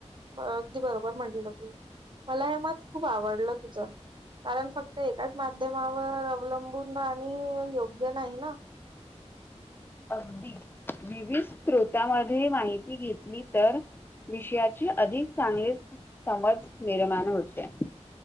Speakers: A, on the right; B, on the left.
A: अगदी बरोबर म्हटलं. तू मला हे म खूप आवडलं तुझं कारण फक्त एच माध्यमावर अवलंबून राहणे योग्य नाही ना
B: अगदी विविध स््रोतांमध्ये माहिती घेतली तर <unintelligible> विषयाचे अधिक चांगले समज निर्माण होते <unintelligible>